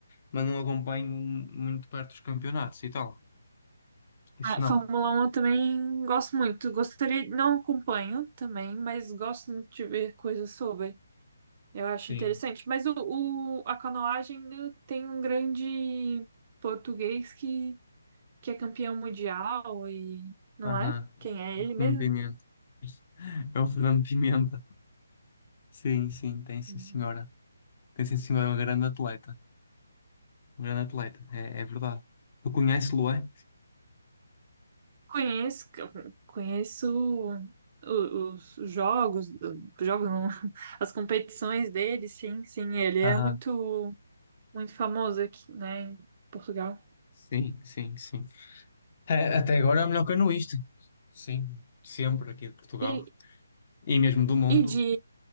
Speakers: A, on the left (about 35°); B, on the right (about 30°).
A: mas não acompanho muito de perto os campeonatos e tal. Isso
B: Ah,
A: não.
B: Fórmula um eu também gosto muito. Gostaria, não acompanho também, mas gosto muito de ver coisas sobre. Eu acho
A: Sim.
B: interessante. Mas o, o- a canoagem né, tem um grande português que, que é campeão mundial e não
A: Aham.
B: é? Quem é
A: O
B: ele mesmo?
A: Fernando Pimenta. <laughs> É o Fernando Pimenta. Sim, sim, tem sim,
B: Hum.
A: senhora. Tem sim, senhora, é um grande atleta. Um grande atleta, é, é verdade. Tu conhece lo é?
B: Conheço, conheço o- os jogos, jogos não, <laughs> as competições dele, sim, sim, ele é
A: Aham.
B: muito, muito famoso aqui, né, em Portugal.
A: Sim, sim, sim. É, até agora é o melhor canoista. Sim, sempre aqui de Portugal.
B: E
A: E mesmo do mundo,
B: E de.